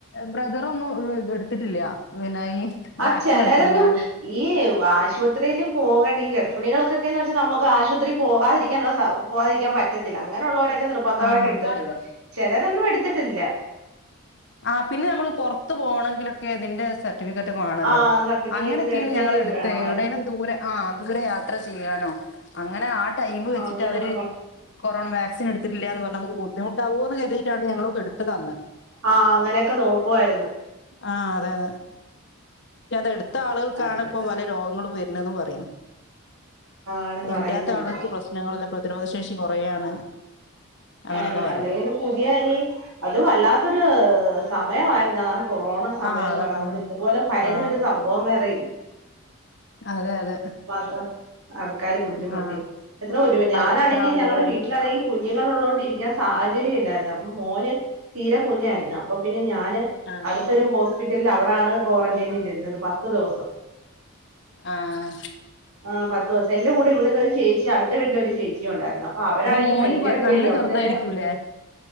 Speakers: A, on the left (about 50°); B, on the right (about 75°).
A: ബ്രദറൊന്നും ഇത് എടുത്തിട്ടില്ല. ഇങ്ങനെ ഈ
B: ആ
A: വാക്സിൻ
B: ചെലരൊന്നും
A: എടുത്തിട്ടില്ല ആള്
B: ഈ ആശുപത്രിയിൽ പോകേണ്ട ഈ ഗർഭിണികൾക്കൊക്കെന്ന് വെച്ചാൽ നമുക്ക് ആശുപത്രിയിൽ പോകാതിരിക്കാനുള്ള സൗ പോവാതിരിക്കാൻ പറ്റത്തില്ല അങ്ങനെയുള്ളവരൊക്കെ നിർബന്ധമായിട്ട്
A: ആഹ്
B: എടുത്തിട്ടുണ്ട്. ചെലരൊന്നും എടുത്തിട്ടില്ല.
A: ആഹ് പിന്നെ നമ്മൾ പൊറത്ത് പോണെങ്കിലൊക്കെ ക്കെ ഇതിന്റെ സർട്ടിഫിക്കറ്റ് വാണല്ലോ
B: ആ സർട്ടിഫിക്കറ്റ്
A: അങ്ങനെയൊക്കെയാണ്
B: ഇത് എടുത്തതിന്റെ
A: ഞങ്ങള്
B: ഇത്
A: എടുത്തത്
B: വേണമായിരുന്നു
A: എവിടേലും ദൂരെ ആഹാ അങ്ങട് യാത്ര ചെയ്യാനോ അങ്ങനെ ആ ടൈമ്
B: ആ
A: വെച്ചിട്ട്
B: അങ്ങനൊന്നും
A: അവര്-
B: പറ
A: കൊറോണ വാക്സിൻ എടുത്തിട്ടില്ല എന്ന് പറഞ്ഞാ നമ്മക്ക് ബുദ്ധിമുട്ടാവോ എന്ന് കരുതിട്ടാണ് ഞങ്ങളും എടുത്ത്ത് അന്ന്
B: ആഹ് അങ്ങനെയൊക്കെ നോക്കുവായിരുന്നു.
A: ആഹ് അതെ അതെ. പക്ഷെ അത് എടുത്ത ആളുകൾക്കാണ്
B: അങ്ങനെയൊക്കെ
A: ഇപ്പ പല രോഗങ്ങളും വരുന്നതെന്ന് പറയുന്നു.
B: ആണ് പറയുന്നുണ്ട്
A: ഇല്ലാത്ത ആളുകൾക്ക് പ്രശ്നങ്ങളല്ല പ്രതിരോധ ശേഷി കൊറയാണ്. അങ്ങനെയൊക്കെ
B: ആണ്
A: പറയും
B: അല്ലെങ്കിൽ പുതിയ ഇനി അതും വല്ലാത്തൊരു സമയമായിന്നാ. കൊറോണ സമയം
A: ആ
B: എന്ന്
A: അതന്നെ
B: പറഞ്ഞ നമ്മള്
A: അതന്നെ
B: ഇതുപോലെ ഭയന്നൊരു
A: ആ
B: സംഭവം വേറെയില്ല
A: അതെ അതെ
B: ത്രം ആൾക്കാര് ബുദ്ധിമുട്ടി
A: ആ
B: എത്ര ഒരു <unintelligible> മം ഞാനാണെങ്കിൽ
A: ആ ഇത്ര ആളുകൾ
B: ഞങ്ങളടെ വീട്ടിലാണെങ്കിൽ. കുഞ്ഞുങ്ങൾ ഉള്ളോണ്ട് ഇരിക്കാൻ സാഹചര്യം ഇല്ലായിരുന്നു. അപ്പൊ മോന് തീരെ കുഞ്ഞായിരുന്നു അപ്പൊ പിന്നെ ഞാന്-
A: ആ
B: അടുത്തൊരു ഹോസ്പിറ്റലിൽ അവിടൊണ് ക്വാറന്റൈൻ ഇരുന്നത് പത്തു ദിവസം.
A: ആഹ്
B: ആ പത്ത് ദിവസം എന്റെ കൂടെ ഇവിടന്ന് ഒരു ചേച്ചി അടുത്ത വീട്ടില് ഒരു ചേച്ചിയുംണ്ടായിരുന്നു അപ്പൊ അവരാണെങ്കിൽ
A: മോന്
B: ഭയങ്കര
A: പ-
B: പേടി
A: നല്ല
B: അവർക്ക്
A: ചെറുതായിരിക്കൂലേ
B: ഇങ്ങനെ-